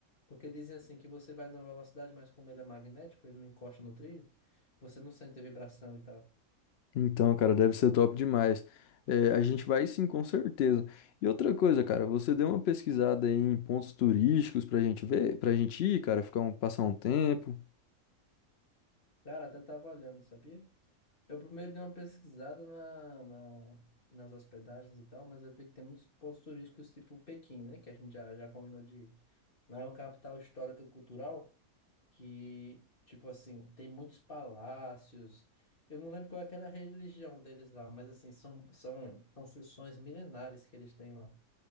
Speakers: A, on the left; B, on the left.
A: Porque dizem assim que você vai numa velocidade, mas como ele é magnético, ele não encosta no trilho, você não sente a vibração e tal.
B: Então, cara, deve ser top demais. É, a gente vai sim, com certeza. E outra coisa, cara, você deu uma pesquisada aí em pontos turísticos pra gente ver, pra gente ir, cara, ficar um, passar um tempo.
A: Cara, até tava olhando, sabia? Eu primeiro dei uma pesquisada na, na- nas hospedagens e tal, mas eu vi que tem muitos pontos turísticos tipo Pequim, né? Que a gente já, já combinou de ir. Lá é uma capital histórica e cultural que, tipo assim, tem muitos palácios. Eu não lembro qual é aquela religião deles lá, mas assim, são, são construções milenares que eles têm lá.